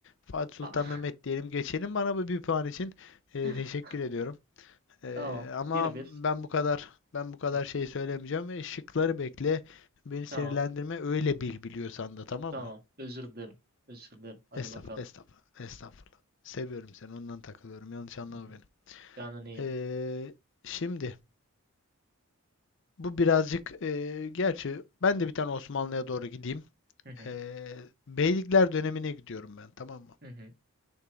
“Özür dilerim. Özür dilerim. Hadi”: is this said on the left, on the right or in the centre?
Right